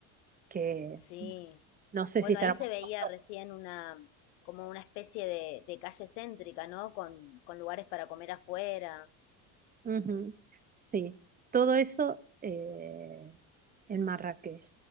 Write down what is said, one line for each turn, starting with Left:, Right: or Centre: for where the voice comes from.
Right: que
Left: Sí.
Right: no sé
Left: Bueno,
Right: si estará
Left: ahí se
Right: muy
Left: veía
Right: costoso.
Left: recién una, como una especie de, de calle céntrica, ¿no? Con, con lugares para comer afuera.
Right: Ujú, sí, todo eso eh, en Marrakech.